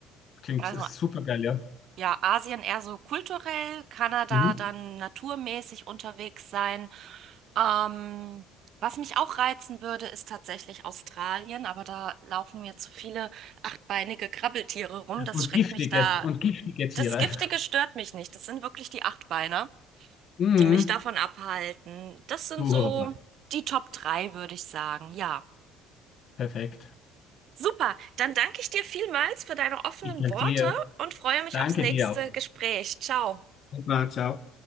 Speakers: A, on the left; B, on the right.
A: Klingt
B: Also
A: super geil, ja.
B: Ja, Asien eher so kulturell, Kanada
A: Mhm.
B: dann naturmäßig unterwegs sein. Ähm, was mich auch reizen würde, ist tatsächlich Australien, aber da laufen mir zu viele achtbeinige Krabbeltiere rum. Das
A: Und
B: schreckt
A: giftige,
B: mich da.
A: und giftige Tiere.
B: Das Giftige stört mich nicht. Das sind wirklich die Achtbeiner,
A: Mhm.
B: die mich davon abhalten. Das sind
A: Puh,
B: so die Top 3, würde ich sagen. Ja.
A: perfekt.
B: Super, dann danke ich dir vielmals für deine offenen
A: Ich danke
B: Worte
A: dir.
B: und freue mich
A: Danke
B: aufs nächste
A: dir auch.
B: Gespräch. Ciao.
A: super, ciao.